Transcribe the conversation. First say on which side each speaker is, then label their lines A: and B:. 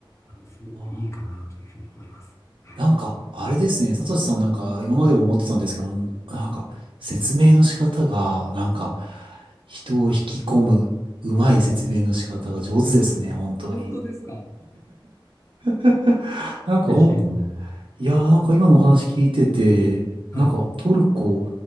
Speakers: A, on the left (about 35°); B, on the right (about 75°).
A: あのすごくいいかなというふうに思います。
B: あ。
A: はい。
B: なんか、あれですね。サトシさんなんか今までも思ってたんですけど、なんか説明の仕方が、なんか人を引き込む、うまい説明の仕方が上手ですね。本当に。
A: 本当ですか
B: <laughs> なんかほん、
A: 嬉しいな。
B: いやーなんか今のお話聞いてて、
A: はい。
B: なんかトルコ、